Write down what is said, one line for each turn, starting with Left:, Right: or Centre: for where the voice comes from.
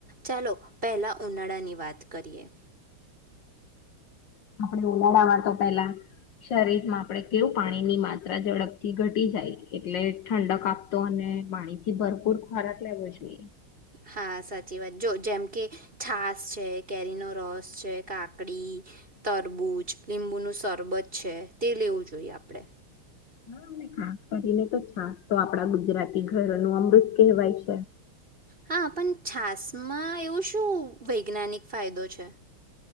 Right: ચાલો પહેલા ઉનાળાની વાત કરીએ
Left: આપણે ઉનાળામાં તો પેલા શરીર માં આપણે કેવું પાણીની માત્રા ઝડપથી ઘટી જાય, એટલે ઠંડક આપતો, અને પાણીથી ભરપૂર ખોરાક લેવો જોઈએ.
Right: હા, સાચી વાત. જો જેમ કે છાસ છે, કેરીનો રસ છે, કાકડી, તરબૂચ, લીંબુ નુ સરબત છે, તે લેવું જોઈએ આપડે.
Left: હા, ખાસ કરીને તો છાસ તો આપડા ગુજરાતી ઘરો નું અમૃત કહેવાય છે.
Right: હા, પણ છાસ માં એવું શું વૈજ્ઞાનિક ફાયદો છે?